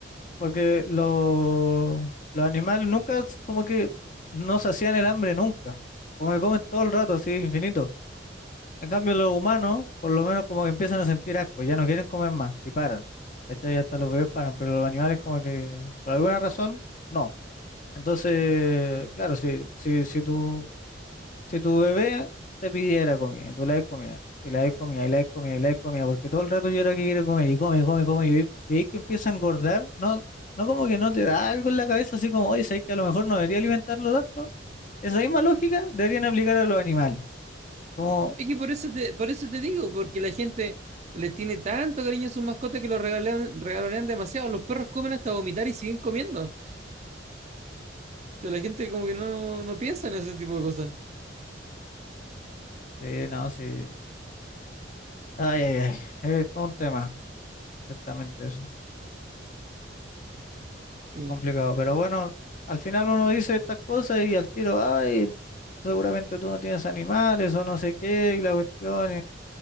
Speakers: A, on the left; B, on the right.
A: Porque lo- los animales nunca, s- como que no se hacían el hambre nunca. Como que comen todo el rato, así, infinito. En cambio, los humanos, por lo menos, como que empiezan a sentir asco, ya no quieren comer más y paran. ¿Cachai? Hasta los bebés paran, pero los animales, como que por alguna razón, no. Entonces,
B: Claro.
A: claro, si, si, si tú si tu bebé te pidiera comida, y tú le das comida, y le das comida, y le das comida, y le das comida, porque todo el rato llora que quiere comer, y come, y come, y come, y veis veis que empieza a engordar, no, no como que no te da algo en la cabeza, así como, oye, sabes que a lo mejor no debería alimentarlo tanto, esa misma lógica deberían aplicar a los animales, como,
B: Es que por eso te, por eso te digo, porque la gente les tiene tanto cariño a sus mascotas que los regalean- regalonean demasiado. Los perros comen hasta vomitar y siguen comiendo. O sea, la gente como que no, no piensa en ese tipo de cosas.
A: sí, no, sí, ay, ay, ay, es todo un tema, ciertamente eso,
B: Sí,
A: complicado, pero bueno, al final uno dice estas cosas y al tiro, ay, seguramente tú no tienes animales o no sé qué, y la cuestión,